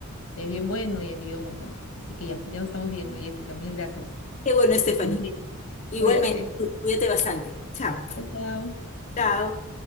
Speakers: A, on the left; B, on the left.
A: es bien bueno y ayuda un montón. Así que ya, ya nos estamos viendo, Jessica. Mil gracias.
B: Qué bueno, Stephanie.
A: Que estés bien.
B: Igualmente,
A: Cuídate.
B: cuídate bastante. Chao.
A: Chao, chao.
B: Chao.